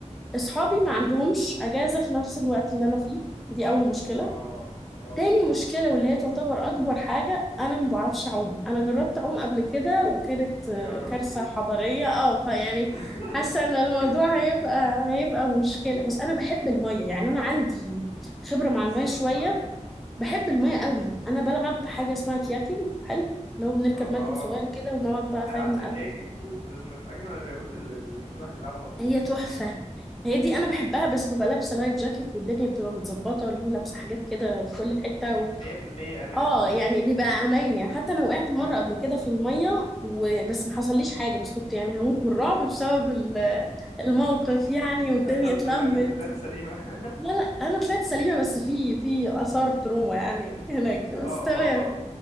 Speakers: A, in the centre; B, on the left (about 55°).
A: اصحابي
B: مم.
A: ما عندهمش اجازه في نفس الوقت اللي انا فيه دي اول مشكله
B: اه اه
A: تاني مشكله واللي هي تعتبر اكبر حاجه انا ما بعرفش اعوم انا جربت اعوم قبل كده وكانت آه،
B: يا ربي
A: كارثه حضاريه اه فيعني
B: <laughs>
A: حاسه ان الموضوع هيبقى هيبقى مشكله بس انا بحب الميه يعني انا عندي خبره مع
B: لسه
A: الميه
B: كنت
A: شويه
B: هقول لك
A: بحب الميه قوي
B: ايه
A: انا بلعب حاجه اسمها كياكينج حلو اللي هو بنركب
B: اها
A: مركب صغير كده ونقعد بقى فاهم
B: انا عارف
A: نقدم
B: الكايكنج وتشيز من اجمل الرياضات اللي اللي ممكن الواحد يلعبها اصلا
A: هي تحفة هي دي
B: امم
A: أنا بحبها بس ببقى لابسة لايف جاكيت والدنيا بتبقى متظبطة واللي هو لابسة حاجات كده في كل حتة و...
B: 100% امان
A: اه يعني بيبقى أمان يعني حتى أنا وقعت مرة
B: <laughs>
A: قبل كده في المية وبس ما حصليش حاجة بس كنت يعني هموت من الرعب بسبب ال- الموقف يعني والدنيا
B: الحمد
A: اتلمت
B: لله ان انت طلعت سليمه <laughs>
A: لا لا أنا طلعت سليمة بس في في آثار تروما يعني هناك بس
B: اه
A: تمام
B: اه اه